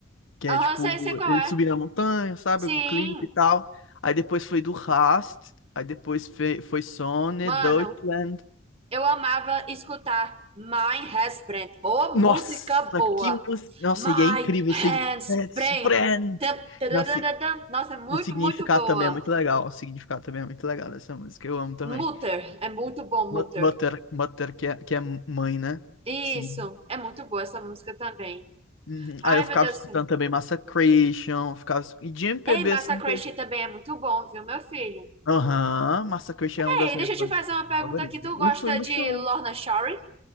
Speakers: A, on the left; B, on the right.
A: que
B: Aham,
A: é tipo,
B: sei, sei qual
A: ele
B: é.
A: subir na montanha, sabe,
B: Sim.
A: com o clipe e tal. Aí depois foi do Rast, aí depois foi, foi Sônia,
B: Mano,
A: Deutschland.
B: Eu amava escutar My Husband. Ô,
A: Nossa,
B: música boa!
A: que música! Nossa,
B: My
A: e é incrível,
B: Husband.
A: assim, Let's Brand!
B: Tam, tararararam.
A: Nossa, e
B: Nossa, é muito,
A: o significado
B: muito boa.
A: também é muito legal, o significado também é muito legal dessa música, eu amo também.
B: Mutter. É muito bom, Mutter.
A: Mo- Mother motor que é, que é mãe, né?
B: Isso.
A: Sim.
B: É muito boa essa música também.
A: Uhum.
B: Ai,
A: Aí eu ficava
B: meu Deus
A: escutando
B: do céu.
A: também Massacration, ficava... es- E de MPB,
B: Ei, Massacration
A: assim, que eu...
B: também é muito bom, viu, meu filho?
A: Aham, Massacration é uma das
B: Ei,
A: minhas
B: deixa eu
A: bandas
B: te fazer uma pergunta
A: favoritas.
B: aqui. Tu gosta
A: Eu fui no
B: de
A: show.
B: Lorna Shore?